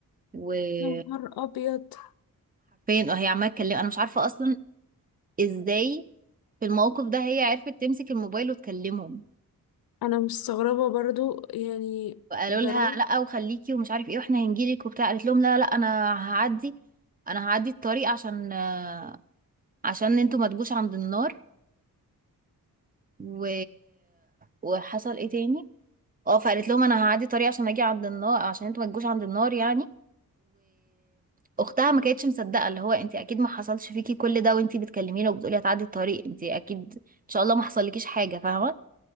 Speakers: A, on the right (about 25°); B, on the left (about 75°).
A: وحرفيا
B: يا نهار ابيض
A: وهي عمالة تكلم أنا مش عارفة أصلا ازاي في الموقف ده هي عرفت تمسك الموبايل وتكلمهم
B: انا مستغربه برضو يعني
A: قالوا
B: ده
A: لها
B: رعب
A: لا وخليكي ومش عارف ايه واحنا هنجيلك وبتاع قالت لهم لا لا انا هعدي انا هعدي الطريق عشان آه، عشان انتوا ما تجوش عند النار و... وحصل ايه تاني اه فقالت لهم انا هعدي الطريق عشان اجي عند النار عشان انتوا ما تجوش عند النار يعني واختها ما كانتش مصدقه اللي هو انت اكيد ما حصلش فيكي كل ده وانت بتكلميني وبتقولي هتعدي الطريق انت اكيد ان شاء الله ما حصلكيش حاجه فاهمه